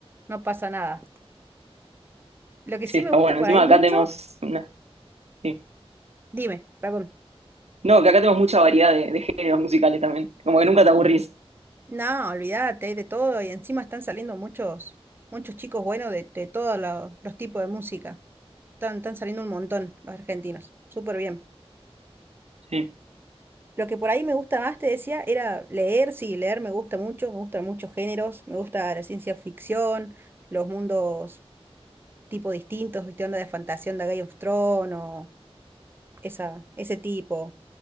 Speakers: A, on the right; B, on the right.
A: no pasa nada. Lo que
B: Sí,
A: sí
B: está
A: me gusta
B: bueno.
A: por
B: Encima
A: ahí
B: acá
A: mucho,
B: tenemos una... sí.
A: dime, perdón.
B: No, que acá tenemos mucha variedad de, de géneros musicales también. Como que nunca te aburrís.
A: No, olvídate, hay de todo y encima están saliendo muchos, muchos chicos buenos de, de todos lo- los tipos de música. Están, están saliendo un montón los argentinos, súper bien.
B: Sí.
A: Lo que por ahí me gusta más, te decía, era leer, sí, leer me gusta mucho, me gustan muchos géneros, me gusta la ciencia ficción los mundos tipo distintos, viste, onda de fantasía, onda Game of Thrones, o esa, ese tipo.